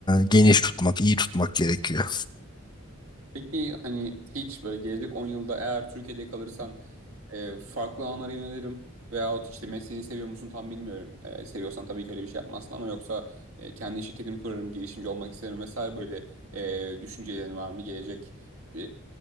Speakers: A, on the left (about 20°); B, on the right (about 85°).
A: geniş tutmak, iyi tutmak gerekiyor.
B: Peki hani hiç böyle gelecek 10 yılda eğer Türkiye'de kalırsan e, farklı alanlara yönelirim veyahut işte mesleğini seviyor musun tam bilmiyorum. E, seviyorsan tabii ki öyle bir şey yapmazsın ama yoksa e, kendi şirketimi kurarım, girişimci olmak isterim vesaire böyle e, düşüncelerin var mı gelecek e,